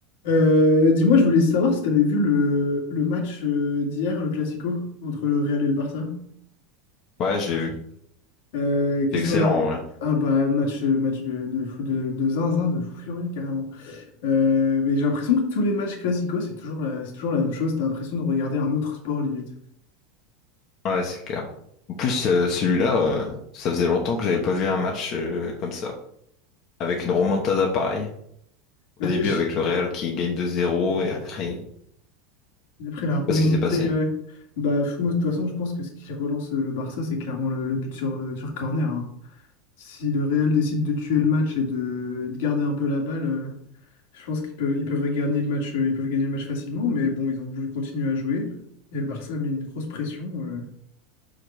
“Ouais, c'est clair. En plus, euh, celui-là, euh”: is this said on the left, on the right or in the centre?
Left